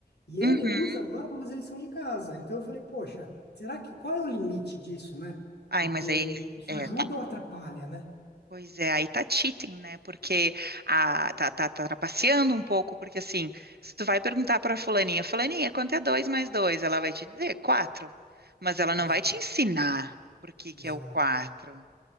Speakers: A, on the left (about 85°); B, on the right (about 75°).
A: E
B: uhum.
A: ele usa agora para fazer lição de casa. Então eu falei, poxa, será que qual é o limite disso, né?
B: Ai,
A: Porque
B: mas aí
A: isso
B: é.
A: ajuda
B: é.
A: ou atrapalha, né?
B: Pois é, aí tá cheating, né? Porque a, tá, tá, tá trapaceando um pouco, porque assim, se tu vai perguntar pra fulaninha, fulaninha, quanto é dois mais dois? Ela vai te dizer quatro, mas ela
A: Exato,
B: não vai te ensinar por que
A: exato.
B: que é o quatro.